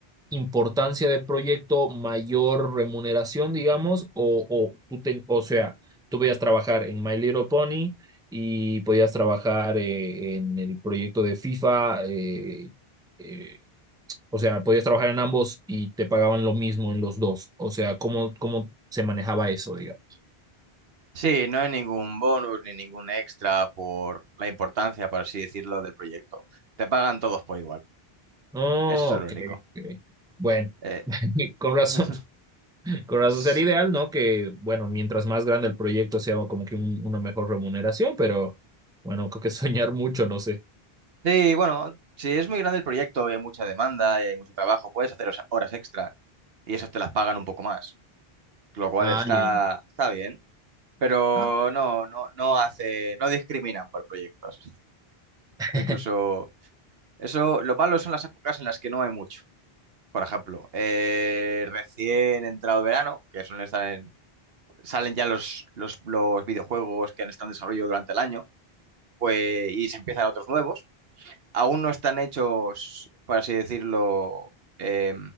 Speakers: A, in the centre; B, on the right.
A: importancia de proyecto, mayor remuneración, digamos, o, o tú ten- o sea, tú podías trabajar en My Little Pony y podías trabajar eh, en el proyecto de FIFA, eh, eh, o sea, podías trabajar en ambos y te pagaban lo mismo en los dos. O sea, ¿cómo, cómo se manejaba eso, digamos?
B: Sí, no hay ningún bonus ni ningún extra por la importancia, por así decirlo, del proyecto. Te pagan todos por igual.
A: Oh,
B: Eso es lo
A: ok,
B: único.
A: ok. Bueno,
B: Eh,
A: <laughs> con razón.
B: <laughs>
A: Con razón
B: s-
A: sería ideal, ¿no? Que, bueno, mientras más grande el proyecto sea como que un- una mejor remuneración, pero bueno, creo que <laughs> soñar mucho, no sé.
B: Sí, bueno, si es muy grande el proyecto y hay mucha demanda y hay mucho trabajo, puedes hacer os- horas extra y esas te las pagan un poco más, lo cual
A: Ay,
B: está,
A: ay,
B: está bien, pero
A: ah,
B: no, no, no hace, no discriminan por proyectos.
A: <laughs>
B: Incluso eso, lo malo son las épocas en las que no hay mucho. Por ejemplo, eh, recién entrado verano, que suelen estar en salen ya los, los, los videojuegos que han estado en desarrollo durante el año pues, y se empiezan otros nuevos. Aún no están hechos, por así decirlo, eh,